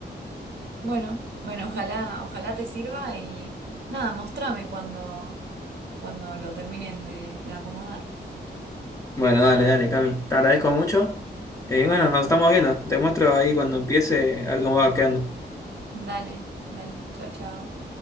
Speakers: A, on the right (about 75°); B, on the left (about 15°).
A: Bueno, bueno, ojalá, ojalá te sirva y nada, mostrame cuando, cuando lo termines de, de acomodar.
B: Bueno, dale, dale, Cami. Te agradezco mucho. Eh, bueno, nos estamos viendo. Te muestro ahí cuando empiece a ver cómo va quedando.
A: Dale, dale, chao, chao.